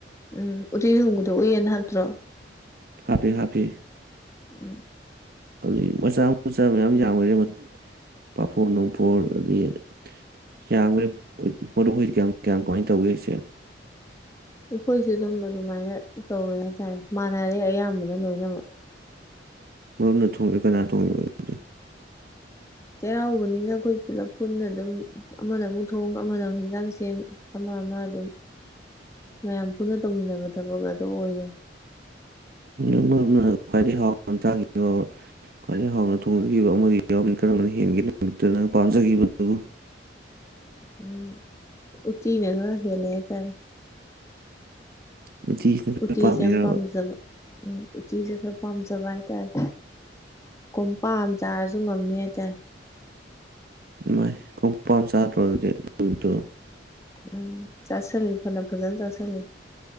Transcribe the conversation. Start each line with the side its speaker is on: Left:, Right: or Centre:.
Left: ꯎꯝ ꯎꯇꯤ ꯊꯣꯡꯕꯗꯣ ꯎꯏꯌꯦꯟ ꯍꯥꯞꯇ꯭ꯔꯣ
Right: ꯍꯥꯄꯦ ꯍꯥꯄꯦ
Left: ꯎꯝ
Right: ꯑꯗꯨꯗꯩꯩ ꯃꯆꯥ ꯃꯆꯥ ꯃꯌꯥꯝ ꯌꯥꯝꯈ꯭ꯔꯦ ꯄꯥꯐꯣ ꯅꯨꯡꯐꯣꯜ ꯑꯗꯩ ꯌꯥꯝꯈ꯭ꯔꯦ ꯃꯔꯨꯞ ꯍꯣꯏꯗꯤ ꯀꯌꯥꯝ ꯀꯌꯥꯝ ꯀꯃꯥꯏꯅ ꯇꯧꯒꯦ ꯍꯥꯏꯁꯦ
Left: ꯑꯩꯈꯣꯏꯁꯨ ꯑꯗꯨꯝ ꯑꯗꯨꯃꯥꯏꯅ ꯇꯧꯋꯦ ꯍꯥꯏꯇꯥꯔꯦ ꯃꯥꯟꯅꯔꯦ ꯑꯌꯥꯝꯕꯅ ꯂꯣꯏꯅꯃꯛ
Right: ꯃꯔꯨꯞꯅ ꯊꯣꯡꯉꯤꯔꯣ ꯀꯅꯥ ꯊꯣꯡꯉꯤꯕ ꯑꯗꯨꯗꯤ
Left: ꯆꯩꯔꯥꯎꯕꯅꯤꯅ ꯑꯩꯈꯣꯏ ꯄꯨꯂꯞ ꯄꯨꯟꯅ ꯑꯗꯨꯝ ꯑꯃꯅ ꯑꯃꯨꯛ ꯊꯣꯡ ꯑꯃꯅ ꯑꯃꯨꯛ ꯍꯦꯟꯖꯥꯡ ꯁꯦꯝ ꯑꯃ ꯑꯃ ꯑꯗꯨꯝ ꯃꯌꯥꯝ ꯄꯨꯨꯟꯅ ꯇꯧꯃꯤꯟꯅꯕ ꯊꯕꯛ ꯑꯣꯏꯔꯦ
Right: ꯎꯝꯣꯝ ꯈ꯭ꯋꯥꯏꯗꯒꯤꯩ ꯍꯥꯎꯅ ꯇꯥꯈꯤꯕ ꯈ꯭ꯋꯥꯏꯗꯒꯤ ꯍꯥꯎꯅ ꯊꯣꯡꯖꯈꯤꯕ ꯑꯃꯗꯤ ꯌꯥꯎ ꯀꯔꯝꯕꯅ ꯍꯦꯟꯒꯦ ꯅꯨꯃꯤꯠꯇ ꯅꯪ ꯄꯥꯝꯖꯈꯤꯕꯗꯨꯕꯨ <inaudible>
Left: ꯎꯝ ꯎꯇꯤꯅ ꯈꯔ ꯈꯦꯂꯦ ꯍꯥꯏ ꯇꯥꯔꯦ
Right: ꯎꯝ ꯎꯇꯤꯅ ꯈꯔ
Left: ꯎꯇꯤꯁꯦ
Right: ꯄꯥꯝꯃꯤꯔꯕ
Left: ꯌꯥꯝ ꯄꯥꯝꯖꯕ ꯎꯝ ꯎꯇꯤꯁꯦ ꯈꯔ ꯄꯥꯝꯖꯕ ꯍꯥꯏꯇꯥꯔꯦ ꯀꯨꯝꯄꯥꯛ ꯑꯃ ꯆꯥꯔꯁꯨ ꯉꯝꯅꯤ ꯍꯥꯏꯇꯥꯔꯦ
Right: ꯥꯏꯃꯥꯏ ꯀꯣꯝꯄꯥꯛ ꯆꯥꯗ꯭ꯔꯣ ꯑꯗꯨꯗꯤ ꯅꯨꯃꯤꯠꯇꯣ
Left: ꯎꯝ ꯆꯥꯁꯜꯂꯤ ꯐꯅ ꯐꯖꯅ ꯆꯥꯁꯜꯂꯤ